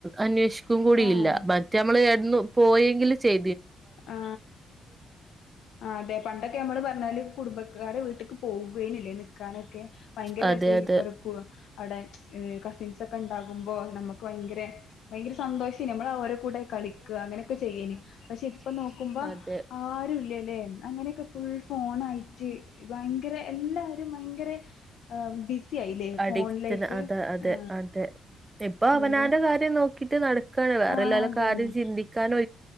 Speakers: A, on the right (about 20°); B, on the left (about 75°).
A: അന്വേഷ ക്കും കൂടില്ല
B: ആഹ്
A: മറ്റ നമ്മള് ഇട പോയെങ്കിൽ ചെയ
B: ആ ആ അതെ പണ്ടൊ ക്കെ നമ്മള് പറഞ്ഞാല് കുടുംബക്കാരെ വീട്ടിലക്ക് പോവുകേനില്ലേ നിൽക്കാനൊക്കെ ഭയങ്കര
A: അതെ
B: രസമായി
A: അതെ
B: കറക്ക അവിടെ കസിൻസ് ഒക്കെ ഉണ്ടാകുമ്പോ നമുക്ക് ഭയങ്കര ഭയങ്കര സന്തോഷം നമ്മൾ ഓരോ കൂടെ കളിക്കാ അങ്ങനെയൊക്കെ ചെയ്യനി പക്ഷെ ഇപ്പൊ നോക്കുമ്പോ
A: അതെ
B: ആര ല്ലേ അങ്ങനെയൊക്കെ ഫുൾ ഫോൺ ആയിട്ട് ഭയങ്കര എല്ലാരും ഭയങ്കര ആ ബിസി ആയില്ലേ
A: അഡിക്റ്റന്
B: ഫോൺ ലൈഫ്
A: അതെ അതെ
B: ആ
A: അതെ ഇപ്പൊ അവനാന്റെ
B: അതെ
A: കാര്യം നോക്കിട്ട് നടക്കാണ് വേറെ
B: ആ
A: എല്ലും
B: അതന്നെ
A: കാര്യം ചിന്തിക്കാനോ